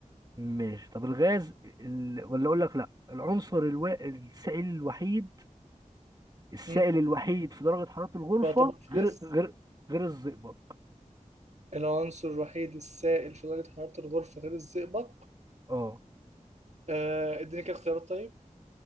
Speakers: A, on the right (about 30°); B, on the right (about 55°).
A: ماشي طب الغاز ال... ولا اقول لك لا العنصر الو... السائل الوحيد السائل
B: مم.
A: الوحيد في درجة حرارة الغرفة
B: بيعتبر فلز
A: غير غير غير الزئبق
B: العنصر الوحيد السائل في درجة حرارة الغرفة غير الزئبق
A: اه
B: آه اديني كده اختيارات طيب